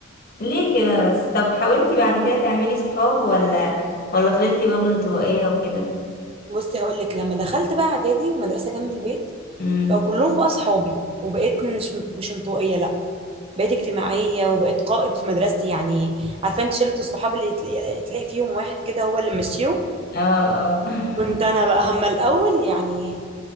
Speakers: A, on the left (about 50°); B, on the right (about 30°).
A: ليه كده بس طب حاولتي بعد كده تعملي صحاب ولا ولا فضلتي برضه انطوائية وكده
B: بصي هقول لك لما دخلت بقى اعدادي مدرسه جنب البيت
A: امم
B: بقى كلهم بقى اصحابي وبقيت مش مش انطوائيه لا بقيت اجتماعيه وبقيت قائد في مدرستي يعني عارفه انت شله الصحاب اللي تلاقي تلاقي فيهم واحد كده هو اللي ماشيهم
A: اه اه
B: كنت انا بقى هما الاول يعني